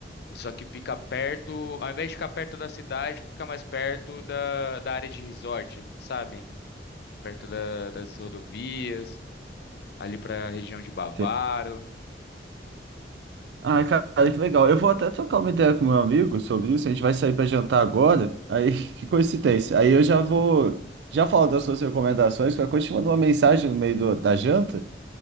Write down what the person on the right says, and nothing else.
sei. Ai, cara, que legal. Eu vou até trocar uma ideia com meu amigo sobre isso. A gente vai sair para jantar agora. Aí, <laughs> que coincidência. Aí eu já vou, já falo das suas recomendações. Qualquer coisa, eu te mando uma mensagem no meio do- da janta